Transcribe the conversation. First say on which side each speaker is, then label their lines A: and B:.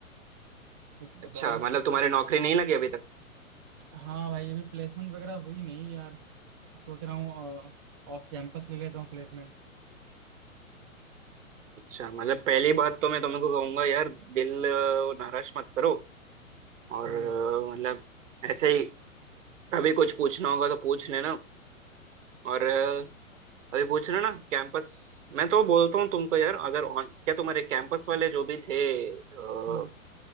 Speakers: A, on the right (about 20°); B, on the right (about 60°).
A: कुछ बताओ
B: अच्छा
A: उसकी
B: मतलब तुम्हारी नौकरी नहीं लगी अभी तक
A: हाँ भाई अभी प्लेसमेंट वगैरह हुई नहीं यार सोच रहा हूँ ऑफ कैंपस ले लेता हूँ प्लेसमेंट
B: अच्छा मतलब पहली बात तो मैं तुमको कहूंगा यार दिल अ, नाराज मत करो और
A: हाँ
B: अ, मतलब ऐसे ही कभी कुछ पूछना होगा तो पूछ लेना और अ, अभी पूछ लेना कैंपस मैं तो बोलता हूँ तुमको यार अगर ऑन क्या तुम्हारे कैंपस वाले जो भी थे अ,
A: हाँ